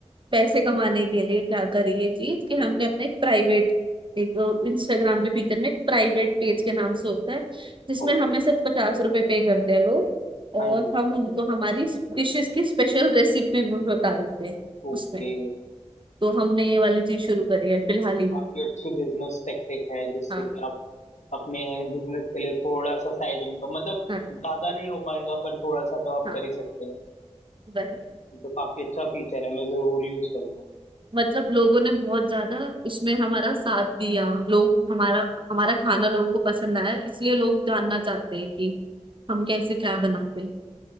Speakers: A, on the right; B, on the left.
A: पैसे कमाने के लिए क्या करी ये चीज कि हमने अपना एक प्राइवेट एक इंस्टाग्राम के फीचर में एक प्राइवेट पेज के नाम से होता है जिसमें
B: ओके
A: हमें सिर्फ पचास रुपए पे करते हैं लोग
B: हाँ
A: और
B: जी
A: हम उनको हमारी डिशेस की स्पेशल रेसिपी भी बता देते हैं
B: ओके
A: उसमें तो हमने ये वाली चीज शुरू करी है फिलहाल ही
B: काफी अच्छी बिजनेस टेक्निक है जिससे
A: हाँ
B: कि आप अपने बिजनेस के लिए थोड़ा सा साइड इनकम मतलब
A: हाँ
B: ज्यादा नहीं हो पाएगा पर थोड़ा सा तो आप
A: हाँ
B: कर ही सकते हैं
A: वही
B: ये तो काफी अच्छा फीचर है मैं जरूर यूज करूंगा
A: मतलब लोगों ने बहुत ज्यादा उसमें हमारा साथ दिया लोग हमारा हमारा खाना लोगों को पसंद आया इसलिए लोग जानना चाहते हैं कि हम कैसे क्या बनाते हैं